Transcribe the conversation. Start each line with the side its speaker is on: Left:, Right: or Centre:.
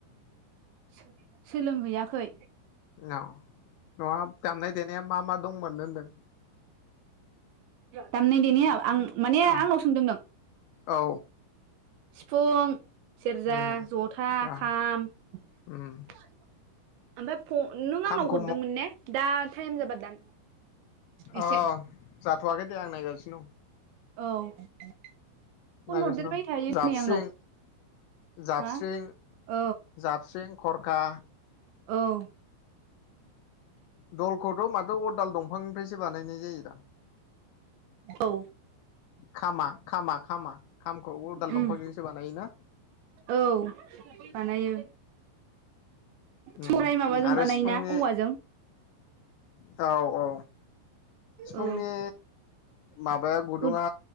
Right: सो सोलोंहैयाखै।
Left: औ नंङा दामनाय देनाया मा मा दंमोन होनदों?
Right: दामनाय देनायाव आं माने आंनाव
Left: औ
Right: सोंदों नों?
Left: औ
Right: सिफुं सेरजा
Left: उम
Right: जथा
Left: औ
Right: खाम आमफाय
Left: उम
Right: फ' नों
Left: खामखौ
Right: आंनाव हरदोंमोन ने दा थाइम जाबा दान एसे
Left: अ जाथ'वाखै दे आं नायगासिनो दं
Right: औ फन
Left: नायगासिनो
Right: हरदेरबाय
Left: दं
Right: थायो
Left: जाबस्रिं
Right: नै आंनाव
Left: जाबस्रिं
Right: हा औ
Left: जाबस्रिं खरखा
Right: औ
Left: दलखौथ' माथो अदाल दंफांनिफ्रायसो बानायनाय जायोदा
Right: औ
Left: खामा खामा खामा खामखौ अदाल
Right: ओम
Left: दंफांजोंसो बानायोना
Right: औ बानायो
Left: उम
Right: सराय माबाजों
Left: आरो
Right: बानायोना
Left: सिफुंनि
Right: औवाजों
Left: औ औ सिफुंनि
Right: औ
Left: माबाया गुदुङा
Right: गुद